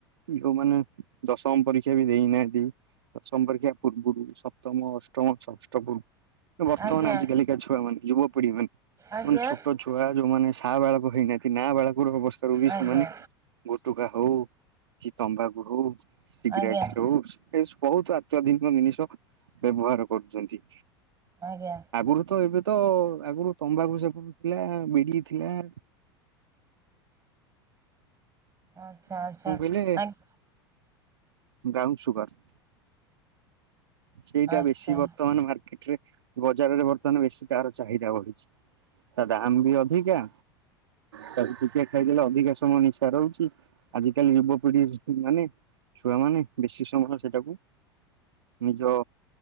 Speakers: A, on the right (about 75°); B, on the right (about 25°).
A: ଯୋଉମାନେ ଦଶମ ପରୀକ୍ଷା ବି ଦେଇନାହାନ୍ତି, ଦଶମ ପରୀକ୍ଷା ପୂର୍ବୁରୁ ସ ସପ୍ତମ ଅ ଷ୍ଟମ ଷଷ୍ଠ ପୁ ବର୍ତ୍ତମାନ
B: ଆଜ୍ଞା
A: ଆଜିକାଲିକା ଛୁଆ ମାନେ ଯୁବପିଢି ମାନେ
B: ଆଜ୍ଞା
A: ମାନେ ଛୋଟ ଛୁ ଛୁଆ ଯୋଉମାନେ ସାବାଳକ ହେଇନାହାନ୍ତି ନାବାଳକ ରୁ ଅବସ୍ଥା ରୁ ବି
B: ଆଜ୍ଞା
A: ସେମାନେ ଗୁଟୁକା ହଉ କି ତମ୍ବାଖୁ ହଉ ସିଗରେଟ୍
B: ଆଜ୍ଞା
A: ହଉ ଏସ୍ ବହୁତ୍। <unintelligible> ବ୍ୟବହାର କରୁଚନ୍ତି।
B: ଆଜ୍ଞା।
A: ଆଗରୁ ତ ଏବେ ତ ଆଗରୁ ତମ୍ବାଖୁ ସେପଟେ ଥିଲା ବିଡି ଥିଲା
B: ଆଚ୍ଛା ଆଚ୍ଛା
A: କଣ କହିଲେ
B: ଆଜ୍ଞ
A: ବ୍ରାଉନ ସୁୁଗାର। ସେଇଟା
B: ଆଚ୍ଛା
A: ବେଶୀ ବର୍ତ୍ତମାନ ମାର୍କେଟ ରେ ବଜାରରେ ବର୍ତ୍ତମାନ ବେଶୀ ତାର ଚାହିଦା ବଢିଚି। ତା ଦାମ୍ ବି ଅଧିକା ତାକୁ ଟିକେ ଖାଇଦେଲେ ଅଧିକା ସମୟ ନିଶା ରହୁଚି। ଆଜିିକାଲି ଯୁବପିଢି ମାନେ ଛୁଆମାନେ ବେଶୀ ସମୟ ସେଇଟାକୁ ନିଜ